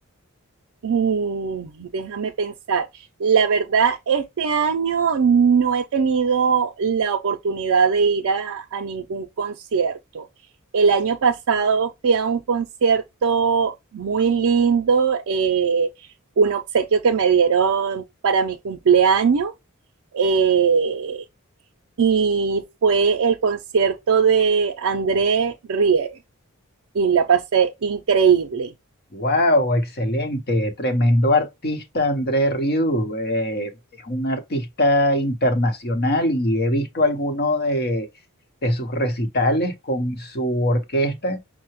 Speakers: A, on the right; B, on the left.
A: Mm, déjame pensar. La verdad, este año no he tenido la oportunidad de ir a, a ningún concierto. El año pasado fui a un concierto muy lindo, eh, un obsequio que me dieron para mi cumpleaños. eh, y fue el concierto de André Rie. y la pasé increíble.
B: Wow, excelente, tremendo artista André Rieu. eh, es un artista internacional y he visto alguno de, de sus recitales con su orquesta.